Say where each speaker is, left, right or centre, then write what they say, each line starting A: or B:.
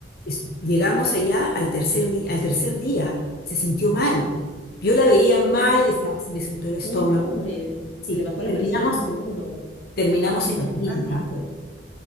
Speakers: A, on the left; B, on the left.
A: es- llegamos allá al tercer día, al tercer día se sintió mal. Yo la veía mal, estaba- se le soltó el estómago
B: Uy, pobre,
A: Sí,
B: se le bajó la
A: terminamos,
B: presión, seguro.
A: terminamos
B: Le dio un ataque
A: en la clínica.
B: de pánico.